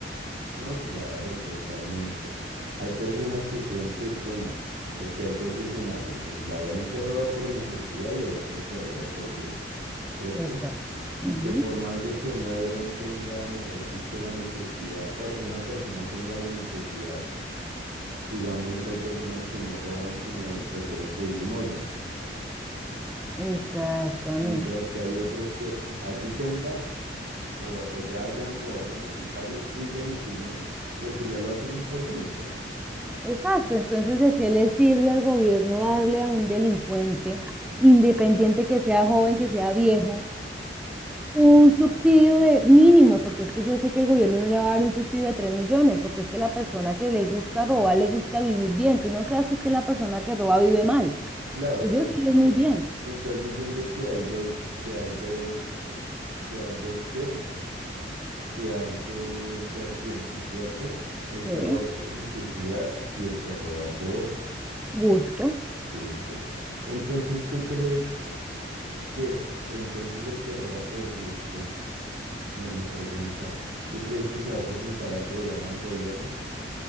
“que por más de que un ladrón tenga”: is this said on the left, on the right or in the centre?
Right